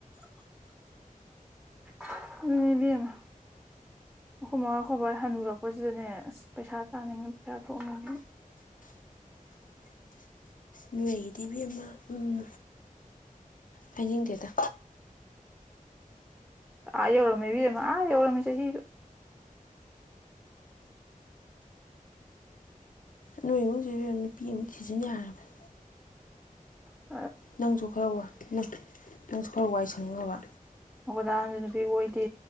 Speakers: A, in the centre; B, on the left (about 65°).
A: <unintelligible> ꯎꯝ ꯑꯗꯨꯅꯤ ꯏꯕꯦꯝꯃ ꯑꯩꯈꯣꯏ ꯃꯥ ꯑꯩꯈꯣꯍ ꯕꯥ ꯍꯟꯅꯨꯔꯛꯄꯁꯤꯗꯅꯦ ꯑꯁ ꯄꯩꯁꯥ ꯇꯥꯅꯤꯡꯉꯦ ꯄꯩꯁꯥ ꯊꯣꯛꯅꯤꯡꯉꯦ
B: ꯅꯣꯏꯒꯤꯗꯤ ꯏꯕꯦꯝꯃ ꯎꯝ ꯍꯥꯏꯅꯤꯡꯗꯦꯗ
A: ꯑꯥ ꯌꯧꯔꯝꯃꯦ ꯏꯕꯦꯃꯥ ꯑꯥ ꯌꯧꯔꯝꯃꯤ ꯆꯍꯤꯒ
B: ꯅꯣꯏ ꯏꯕꯨꯡ ꯁꯤꯁꯨ ꯏꯕꯦꯃꯥ ꯅꯨꯄꯤ ꯑꯃꯨ ꯁꯤꯖꯤꯟ ꯌꯥꯔꯕꯅꯤ
A: ꯑ
B: ꯅꯪꯁꯨ ꯈꯔ ꯋꯥ ꯅꯪ ꯅꯪꯁꯨ ꯈꯔ ꯋꯥꯏ ꯁꯪꯅꯕ
A: ꯑꯩꯈꯣꯏ ꯗꯥ ꯗꯨꯁꯨ ꯅꯨꯄꯤ ꯀꯣꯏꯗꯦ